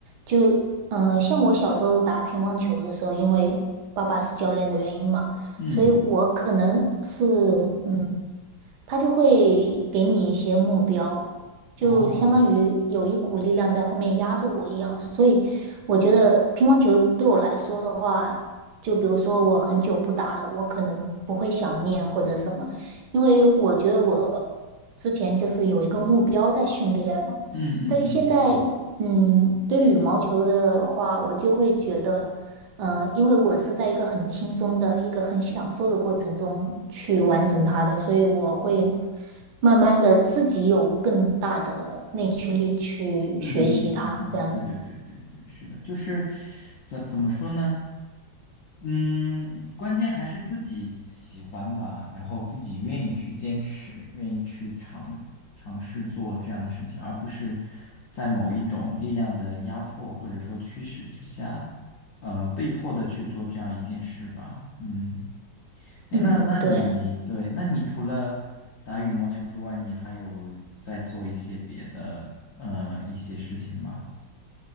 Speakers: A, on the right (about 70°); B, on the left (about 80°).
A: 就，嗯、呃像我小时候打乒乓球的时候，因为爸爸是教练的原因嘛，
B: 嗯，
A: 所以我可能是，嗯。他就会给你一些目标，就相当于有一股力量在后面压着我一样。
B: 哦，
A: 所以我觉得乒乓球对我来说的话，就比如说我很久不打了，我可能不会想念或者什么，因为我觉得我之前就是有一个目标在训练嘛。
B: 嗯嗯嗯嗯
A: 但是现在，嗯，对于羽毛球的话，我就会觉得。呃，因为我是在一个很轻松的、一个很享受的过程中去完成它的，所以我会慢慢的自己有更大的内驱力去学习它，
B: 嗯嗯嗯嗯嗯，
A: 这样子。
B: 对对对对对，是的，就是怎怎么说呢？嗯，关键还是自己喜欢吧，然后自己愿意去坚持，愿意去尝尝试做这样的事情，而不是在某一种力量的压迫或者说驱使之下，呃，被迫的去做这样一件事吧。嗯，哎，
A: 嗯，
B: 那那你对，
A: 对。
B: 那你除了打羽毛球之外，你还有在做一些别的呃一些事情吗？